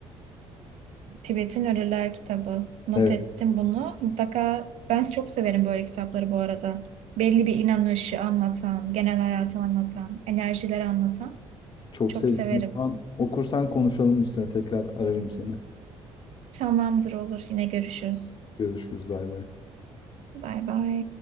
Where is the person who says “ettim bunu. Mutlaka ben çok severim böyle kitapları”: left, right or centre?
Right